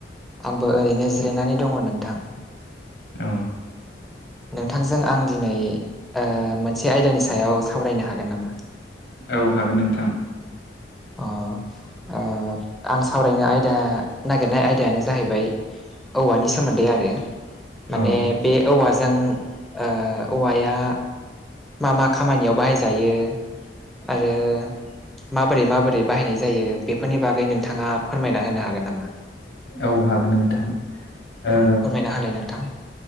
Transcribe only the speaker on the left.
अ।
औ हागोन नोंथां।
औ
औ हागोन नोंथां ओ